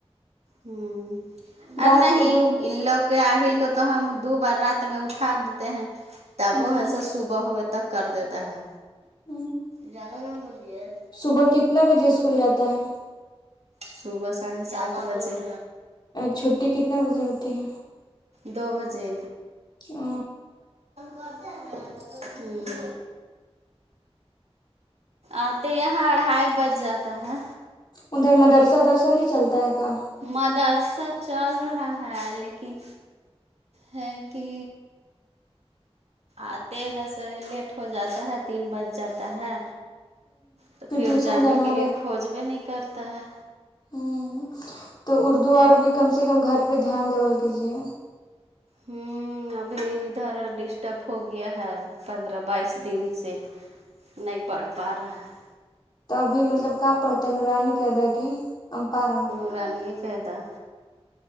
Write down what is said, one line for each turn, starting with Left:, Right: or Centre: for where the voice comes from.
Right: ہ اور
Left: رات
Right: نہیں
Left: کو دو
Right: ان لوگ آہل کے تو ہم دو بار رات میں اٹا دیتے ہیں تب
Left: ہمم
Right: وہ ہےسو صبح ہو ئےتک تک کر دیتا ہے
Left: ہمم
Right: زیادہ میں پسی ہے
Left: صبح کتنا بجے اسکول جاتا ہے
Right: صبح ساڑھے سات بجے
Left: چھٹی کتنا بجے ہوتی ہے
Right: دو بجے
Left: ہ
Right: ہوں آتے یہاں اڑھائی بج جاتا ہے
Left: ادھر مدرسہ ودرسا نہیں چلتا ہے کا
Right: مدرسہ چل رہا ہے لیکن ہے کہ آتے ہیں س لیٹ ہو جاتا ہے تین بج جاتا ہے تو پھر
Left: ٹیوشن
Right: جانے
Left: جانا
Right: کے لیے کھوج بھی نہیں کرتا ہے
Left: ہوں تو اردو اورر بھی کم سے کم گھر پہ دھیان دیول کیجیے
Right: ہوں ابھی ادھر ڈسٹرب ہو گیا ہے پندرہ بائیس دن سے نہیں پڑھ پا رہا ہے
Left: تبھی مطلب کہ پڑتا نورانی کر رہا کی ہم پا رہا
Right: پانی کادا